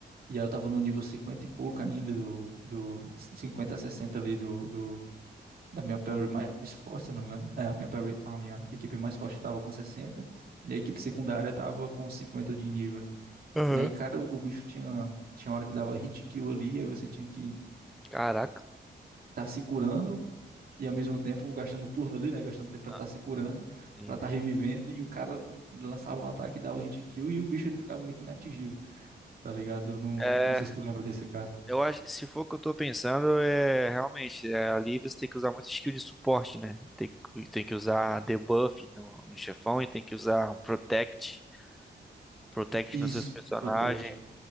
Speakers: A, on the right (about 55°); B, in the centre.
A: E aí eu tava no nível 50 e pouco ainda, do, do 50 a 60 ali do, do, da minha parry mais forte, se eu não me engano. É, a minha parry, a minha equipe mais forte tava com 60 e a equipe secundária tava com 50 de nível, né?
B: Aham.
A: E aí, cara, o bicho tinha, tinha hora que dava hit kill ali, aí você tinha que
B: Caraca.
A: estar tá se curando, e ao mesmo tempo gastando turno ali, né? Gastando tempo pra
B: Ah,
A: estar tá se curando,
B: sim.
A: pra estar tá revivendo, e o cara lançava um ataque, dava hit kill, e o bicho ele ficava meio que inatingível. tá ligado? Eu Não,
B: É,
A: não sei se tu lembra desse cara.
B: eu acho, se for o que eu tô pensando, é realmente, é, ali você tem que usar muito skill de suporte, né? Tem, que- tem que usar debuff no, no chefão e tem que usar um protect, protect
A: Isso,
B: nos seus personagens,
A: Protect.